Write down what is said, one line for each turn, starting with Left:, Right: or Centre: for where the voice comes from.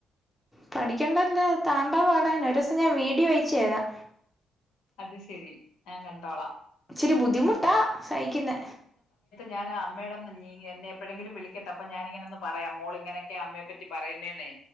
Centre: പഠിക്കേണ്ട ഇല്ല താണ്ഡവം ആടാൻ ഒരു ദിവസം ഞാൻ വീഡിയോ അയച്ച് തരാം.
Left: അത് ശരി ഞാൻ കണ്ടോളാം.
Centre: ഇച്ചിരി ബുദ്ധിമുട്ടാ സഹിക്കുന്നേ
Left: ഞാൻഅമ്മോടൊന്ന് നീ എന്നെ എപ്പോഴെങ്കിലും വിളിക്കട്ടെ അപ്പൊ ഞാനിങ്ങനൊന്ന് പറയാം മോൾ ഇങ്ങനെയൊക്കയാ അമ്മയെ പറ്റി പറയുന്നതെന്ന്